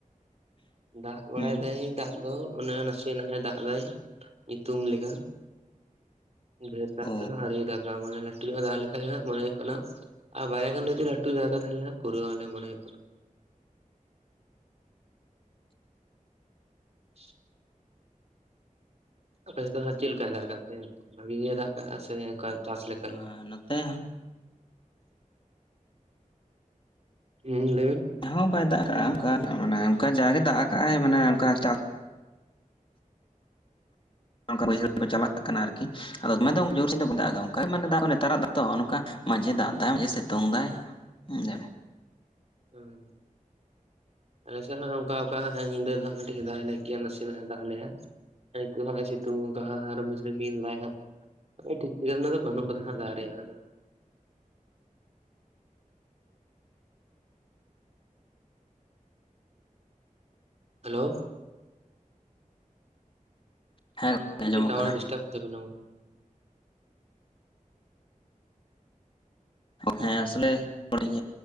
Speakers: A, on the right (about 50°); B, on the left (about 40°).
A: ᱫᱟᱜ ᱵᱟᱲᱟᱭᱮᱫᱟᱭ
B: ᱦᱩᱸ
A: ᱫᱟᱜ ᱫᱚ ᱚᱱᱮ ᱱᱟᱥᱮ ᱱᱟᱜ ᱮ ᱫᱟᱜ ᱮᱫᱟᱭ ᱧᱩᱛᱩᱢ ᱞᱮᱠᱟ᱾ ᱵᱷᱮᱨ ᱫᱟᱜ
B: ᱚ
A: ᱛᱮᱦᱚ ᱟᱹᱶᱨᱤ ᱫᱟᱜᱟ ᱢᱟᱱᱮ ᱞᱟᱹᱴ ᱧᱚᱜ ᱫᱟᱜ ᱞᱮᱠᱷᱟᱡ ᱦᱟᱜ ᱢᱚᱱᱮ ᱦᱩᱭᱩᱜ ᱠᱟᱱᱟ ᱟᱨ ᱵᱟᱨᱭᱟ ᱠᱷᱟᱱ ᱡᱩᱫᱤ ᱞᱟᱹᱴᱩ ᱫᱟᱜ-ᱟᱭ ᱛᱟᱦᱚᱞᱮ ᱯᱩᱨᱟᱹᱣ ᱟᱞᱮ ᱢᱚᱱᱮ ᱦᱩᱭᱩᱜ ᱠᱟᱱᱟ <unintelligible> ᱚᱠᱟᱭ ᱥᱮᱫ ᱫᱚ ᱦᱟᱸᱜ ᱪᱮᱫ ᱞᱮᱠᱟᱭ ᱫᱟᱜ ᱠᱟᱫ ᱛᱮᱭ? ᱵᱷᱟᱜᱤ ᱜᱮ ᱫᱟᱜ ᱠᱟᱜ-ᱟ ᱥᱮ ᱚᱱᱠᱟ ᱪᱟᱥ ᱞᱮᱠᱟ
B: ᱟᱨ
A: ᱞᱮ
B: ᱱᱚᱛᱮ
A: ᱦᱩᱸ ᱞᱟᱹᱭᱵᱮᱱᱼᱼ
B: ᱦᱚᱸ ᱵᱟᱭ ᱫᱟᱜ ᱠᱟᱜ-ᱟ ᱚᱱᱠᱟ ᱢᱟᱱᱮ ᱚᱱᱠᱟ ᱡᱟᱜᱮ ᱫᱟᱜ ᱟᱠᱟᱜ-ᱟᱭ ᱢᱟᱱᱮ ᱚᱱᱠᱟ ᱪᱟᱥᱼᱼ ᱵᱟᱹᱭᱦᱟᱹᱲ ᱠᱚ ᱪᱟᱞᱟᱜ ᱠᱟᱱᱟ ᱟᱨᱠᱤ ᱟᱫᱚ ᱢᱮᱱ ᱫᱚ ᱡᱳᱨ ᱥᱮᱫ ᱫᱚ ᱫᱟᱜ ᱫᱟ ᱚᱱᱠᱟᱭ ᱢᱮᱱᱫᱟᱜ ᱱᱮᱛᱟᱨᱟᱜ ᱛᱚ ᱱᱚᱝᱠᱟ <inaudible> ᱢᱟᱡᱷᱮ ᱫᱟᱜ ᱫᱟᱭ ᱥᱤᱛᱩᱝ ᱫᱟᱭ ᱦᱩᱸ᱾
A: ᱦᱳᱭ᱾ ᱟᱞᱮ ᱥᱮᱫ ᱦᱟᱸᱜ ᱚᱱᱠᱟ ᱚᱠᱟ ᱦᱟᱸᱜ ᱧᱤᱫᱟᱹ ᱫᱚ ᱦᱟᱸᱜ ᱠᱟᱹᱴᱤᱡ ᱮ ᱫᱟᱜ ᱞᱮᱫ ᱜᱮᱭᱟ ᱱᱟᱥᱮᱱᱟᱜ ᱮ ᱫᱟᱜ ᱞᱮᱜ-ᱟ᱾ ᱱᱤᱛᱳ ᱦᱟᱸᱜ ᱥᱮᱛᱩᱝ ᱠᱟᱜ-ᱟ ᱟᱨ ᱨᱤᱢᱤᱞ ᱫᱟᱭ ᱦᱟᱸᱜ᱾ ᱴᱤᱠ-ᱴᱤᱠᱟᱹᱱᱟ ᱵᱟᱹᱱᱩᱜ ᱠᱟᱫᱟ ᱫᱟᱜ ᱨᱮᱭᱟᱜ ᱫᱚ᱾ ᱦᱮᱞᱳ᱾
B: ᱦᱮᱸ ᱜᱚᱝᱠᱮ
A: ᱠᱟᱹᱴᱤᱡ
B: ᱟᱸᱡᱚᱢᱚᱜ
A: ᱴᱟᱣᱟᱨ
B: ᱠᱟᱱᱟ
A: ᱮ ᱰᱤᱥᱴᱟᱵ ᱮᱫ ᱛᱟᱵᱤᱱᱟ᱾
B: ᱦᱮᱸ ᱟᱥᱚᱞᱮ ᱠᱟᱹᱤᱡ